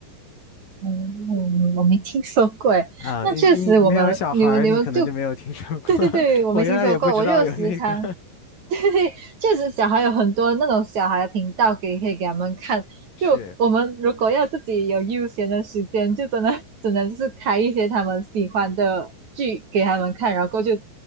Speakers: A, on the right; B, on the left.
A: 嗯，嗯嗯我没听说过诶。
B: 啊。
A: 那确实，
B: 你你没有小孩儿你可能就没有听说过。
A: 我们你们你们就，对对对，
B: <laughs>
A: 我没听说过。
B: 我原来也不知道有那个，
A: 我就时常，<laughs> 对，确实小孩有很多那种小孩的频道给可以给他们看。
B: <laughs> 是
A: 就我们如果要自己有悠闲的时间，就真的只能是开一些他们喜欢的剧给他们看，然后就